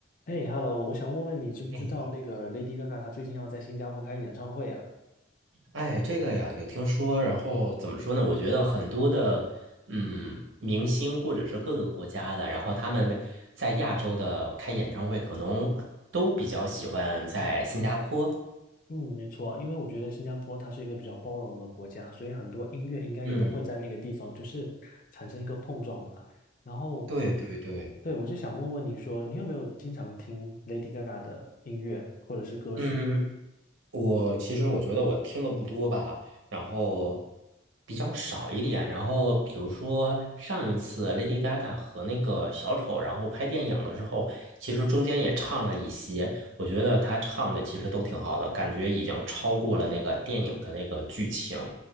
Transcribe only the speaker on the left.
嘿，Hello，我想问问你，知不知道那个
Lady Gaga 她最近要在新加坡开演唱会啊？
嗯，没错，因为我觉得新加坡它是一个比较包容的国家，所以很多音乐应该也都会在那个地方就是产生一个碰撞吧。
然后，
对，我就想问问你说，你有没有经常听 Lady Gaga 的音乐或者是歌曲？